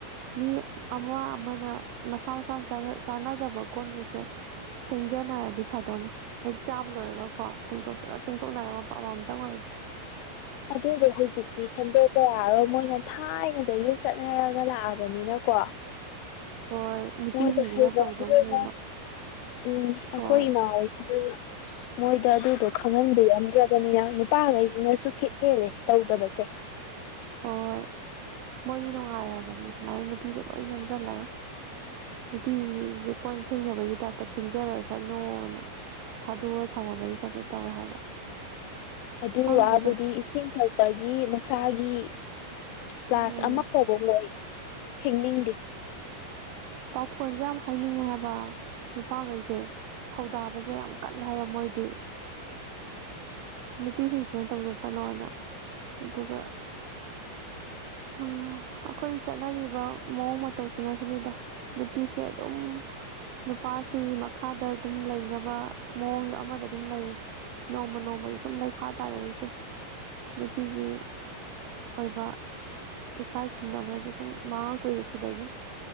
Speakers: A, on the right; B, on the left.
A: ꯃꯤ ꯑꯃ ꯑꯃꯅ ꯃꯁꯥ ꯃꯁꯥꯅ ꯆꯥꯟꯅꯖꯕ ꯀꯣꯟꯈꯩꯁꯦ ꯐꯦꯡꯖꯅꯔꯗꯤ ꯐꯥꯗꯣꯛꯅꯤ ꯍꯦꯛ ꯆꯥꯕ ꯂꯣꯏꯔꯒꯀꯣ ꯐꯦꯡꯇꯣꯛ ꯁꯖꯠ ꯐꯦꯡꯇꯣꯛꯅꯔ ꯃ ꯄꯝꯕ ꯑꯝꯇꯪ ꯑꯣꯏꯔꯗꯤ
B: ꯑꯗꯨꯗꯣ ꯍꯧꯖꯤꯛꯇꯤ ꯁꯦꯝꯗꯣꯛꯄ ꯌꯥꯔꯣꯏ ꯃꯣꯏꯅ ꯊꯥꯏꯅꯗꯒꯤ ꯆꯠꯅꯔꯒ ꯂꯥꯛꯑꯕ ꯕꯅꯤꯅ ꯀꯣ
A: ꯍꯣꯏ ꯅꯨꯄꯤꯁꯤꯡꯁꯤꯅ
B: ꯃꯣꯏꯗ ꯐꯩꯔ
A: ꯇꯧꯗꯧꯅꯦꯅ
B: ꯑꯗꯨ ꯑꯣꯏꯅ ꯎꯝ ꯑꯩꯈꯣꯏ
A: ꯍꯣꯏ
B: ꯏꯃꯥ ꯍꯣꯏꯁꯤꯅ ꯃꯣꯏꯗ ꯑꯗꯨꯗꯣ ꯈꯪꯍꯟꯕꯤꯔꯝꯗ꯭ꯔꯕꯅꯤꯅ ꯅꯨꯄꯥꯈꯩꯁꯤꯅꯁꯨ ꯈꯤꯠꯍꯦꯜꯂꯦ ꯇꯧꯗꯕꯁꯦ
A: ꯍꯣꯏ ꯍꯣꯏ ꯃꯣꯏꯗꯤ ꯅꯨꯡꯉꯥꯏꯔꯕꯅꯦ ꯁꯨꯃꯥꯏꯅ ꯅꯨꯄꯤꯗ ꯂꯣꯏ ꯅꯝꯁꯤꯜꯂꯒ ꯅꯨꯄꯤꯁꯦ ꯀꯣꯟ ꯐꯦꯡꯅꯕꯒꯤ ꯇꯥꯏꯞꯇ ꯐꯦꯡꯖꯔꯁꯠꯅꯣꯅ ꯊꯥꯗꯣꯛꯑ ꯊꯝꯃꯕꯒꯤ ꯇꯥꯏꯞꯇ ꯇꯧꯋꯦ ꯍꯥꯏꯕ
B: ꯑꯗꯨꯒꯤ
A: ꯈꯪꯗꯦꯗ
B: ꯋꯥꯕꯨꯗꯤ ꯏꯁꯤꯡ ꯊꯛꯄꯒꯤ ꯃꯁꯥꯒꯤ ꯀ꯭ꯂꯥꯁ
A: ꯎꯝ
B: ꯑꯃ ꯐꯥꯎꯕ ꯃꯣꯏ ꯊꯦꯡꯅꯤꯡꯗꯦ
A: ꯄꯥꯎꯈꯣꯟꯁꯦ ꯌꯥꯝ ꯍꯥꯏꯅꯤꯡꯉꯦ ꯍꯥꯏꯕ ꯅꯨꯄꯥꯈꯩꯁꯦ ꯊꯧꯗꯥꯕꯁꯦ ꯌꯥꯝ ꯀꯜꯂꯦ ꯍꯥꯏꯕ ꯃꯣꯏꯗꯤ ꯅꯨꯄꯤꯁꯤꯡꯁꯤꯅ ꯇꯧꯖꯁꯅꯣꯅ ꯑꯗꯨꯒ ꯎꯝ ꯑꯩꯈꯣꯏ ꯆꯠꯅꯔꯤꯕ ꯃꯑꯣꯡ ꯃꯇꯧꯁꯤꯅꯁꯨꯅꯤꯗ ꯅꯨꯄꯤꯁꯦ ꯑꯗꯨꯝ ꯅꯨꯄꯥꯁꯤ ꯃꯈꯥꯗ ꯑꯗꯨꯝ ꯂꯩꯅꯕ ꯃꯑꯣꯡꯗ ꯑꯃꯗ ꯑꯗꯨꯝ ꯂꯩꯔ ꯅꯣꯡꯃ ꯅꯣꯡꯃꯒꯤ ꯁꯨꯝ ꯂꯩꯈꯥ ꯇꯥꯔꯛꯏꯁꯦ ꯅꯨꯄꯤꯒꯤ ꯑꯣꯏꯕ ꯏꯀꯥꯏ ꯈꯨꯝꯅꯕꯁꯦ ꯁꯨꯝ ꯃꯥꯡꯉꯛꯇꯣꯏꯁꯦ ꯁꯤꯗꯒꯤ